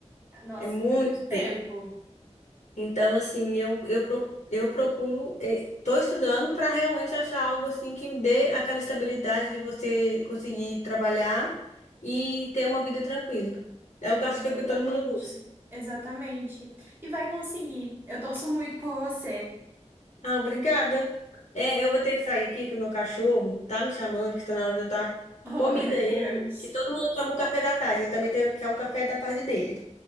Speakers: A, on the right; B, on the left.
A: Nossa,
B: É muito
A: muito tempo.
B: então, assim, eu, eu, pro- eu procuro, estou estudando para realmente achar algo assim que me dê aquela estabilidade de você conseguir trabalhar e ter uma vida tranquila. Eu acho
A: Exatamente.
B: que é o que todo mundo busca.
A: Exatamente. E vai conseguir. Eu torço muito por você. <laughs>
B: Ah, obrigada. É, eu vou ter que sair aqui, que o meu cachorro tá me chamando, que está na hora de eu dar
A: Oh,
B: comida
A: meu
B: a ele,
A: Deus.
B: que todo mundo toma o café da tarde, ele também tem, quer o café da tarde dele.